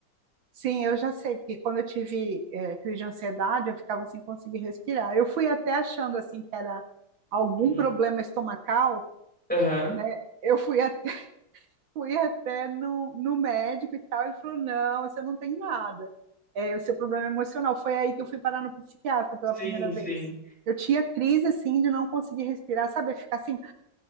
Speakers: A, on the right; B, in the centre.
A: Sim, eu já sei, porque quando eu tive eh, crise de ansiedade, eu ficava sem conseguir respirar. Eu fui até achando, assim, que era algum
B: Uhum.
A: problema estomacal,
B: Aham.
A: né? Eu fui até, <laughs> fui até no, no médico e tal, ele falou, não, você não tem nada. É, o seu problema é emocional. Foi aí que eu fui parar no psiquiatra pela
B: Sim,
A: primeira vez.
B: sim.
A: Eu tinha crise, assim, de não conseguir respirar, sabe? Ficar assim...